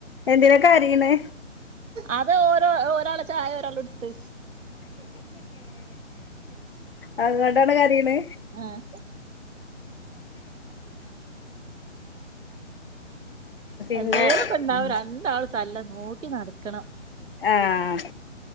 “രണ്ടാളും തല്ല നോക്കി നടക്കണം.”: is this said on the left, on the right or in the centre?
Right